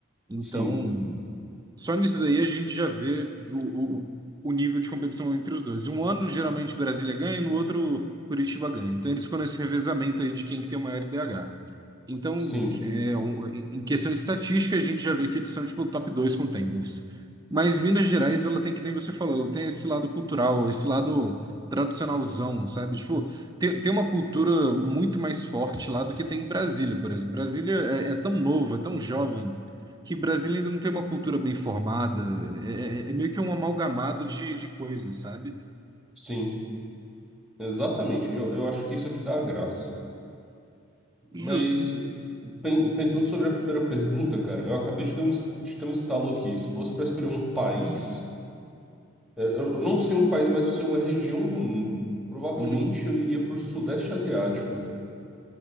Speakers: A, on the right; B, in the centre.
A: Então.
B: Sim,
A: Só nisso daí a gente já vê o, o, o nível de competição entre os dois. Um ano, geralmente, Brasília ganha, no outro, Curitiba ganha. Então, eles ficam nesse revezamento aí de quem que tem o maior IDH. Então,
B: sim,
A: é, um- em em questão de estatística, a gente já vê que eles são, tipo, top dois contenders. Mas Minas Gerais, ela tem, que nem você falou, ela tem esse lado cultural, esse lado tradicionalzão, sabe? Tipo, tem, tem uma cultura muito mais forte lá do que tem em Brasília, por exemplo. Brasília é, é tão novo, é tão jovem, que Brasília ainda não tem uma cultura bem formada. É, é- é meio que um amalgamado de, de coisas, sabe?
B: sim, exatamente. Eu, eu acho que isso aqui dá a graça.
A: Justo.
B: Mas pen- pensando sobre a primeira pergunta, cara, eu acabei de dar um es- de ter um estalo aqui. Se fosse para escolher um país, é, eu, eu não sei um país, mas eu sei uma região do mundo. Provavelmente
A: Uhum.
B: eu iria pro Sudeste Asiático, velho.